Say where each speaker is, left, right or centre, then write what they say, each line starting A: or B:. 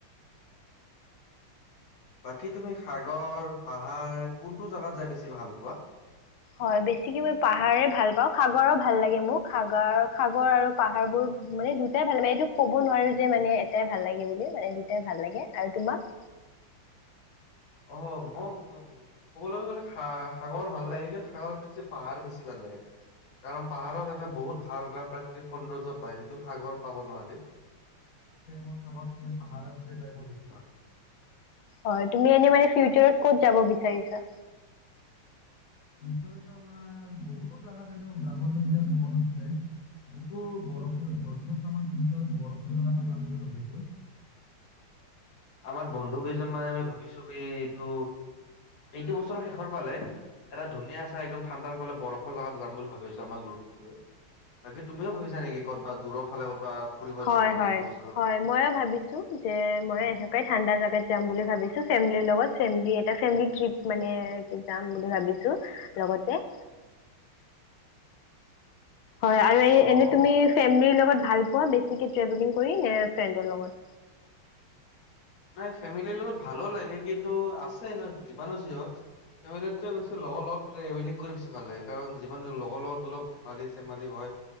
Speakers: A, on the left; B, on the left.
A: বাকী তুমি সাগৰ পাহাৰ কোনটো জাগাত যাই বেছি ভাল পোৱা
B: হয় বেছিকে মই পাহাৰে ভাল পাওঁ সাগৰো ভাল লাগে মোক সাগৰ সাগৰ আৰু পাহাৰবোৰ মানে দুটাই ভাল লাগে এইটো কব নোৱাৰো যে মানে এটাই ভাল লাগে বুলি মানে দুটাই ভাল লাগে আৰু তোমাক
A: অ মোক কবলৈ গলে সাগৰ ভাল লাগে কিন্তু সাগৰতকৈ পাহাৰ বেছি ভাল লাগে কাৰণ পাহাৰত এটা বহুত ভাল এটা প্ৰাকৃতিক সৌন্দৰ্য পায় যিটো সাগৰ পাব নোৱাৰি মই সাগৰত পাহাৰ যাই মোৰ বেছি ভাল পাও
B: হয় তুমি এনে মানে ফিউচাৰত ক'ত যাব বিচাৰিছা
A: ইমফল আমাৰ বহুতো জাগা যাবলগীয়া মন আছে মোৰোতো বৰফ বৰ্তমানতো আমাৰ শিলচৰত বৰফ পৰিলে যাম বুলি ভাবিছো আমাৰ বন্ধু কেইজন মানে আমি ভাবিছো এই এইটো এইটো বছৰৰ শেষৰ ফালে এটা ধুনীয়া চাই একদম ঠাণ্ডাৰ ফালে বৰফৰ জেগাত যাম বুলি ভাবিছো আমাৰ গ্ৰুপটোৱে বাকী তুমিও ভাবিছা নেকি কত বা দূৰ ফালে ক'তবা ফুৰিব
B: হয়
A: যাম বুলি
B: হয়
A: এইটো বছৰত?
B: হয় মই ভাবিছো যে মই এনেকুৱাই ঠাণ্ডা জেগাত যাম বুলি ভাবিছো ফেমিৰ লগত ফেমলি এটা ফেমলি ট্ৰিপ মানে টো যাম বুলি ভাবিছো লগতে হয় আৰু এই
A: অ',
B: এনেই
A: অ'।
B: তুমি ফেমিলিৰ লগত ভাল পোৱা বেছিকে ট্ৰেভেলিং কৰি নে ফ্ৰেণ্ডৰ লগত
A: নাই ফেমিলিৰ লগত ভালো লাগে কিন্তু আছে ন যিমানো যি হক ফেমেলিকৈ বেছি লগৰ লগত ট্ৰেভেলিং কৰি বেছি ভাল লাগে কাৰণ যিমান লগৰ লগত গলে অলপ ধেমালি চেমালি হয়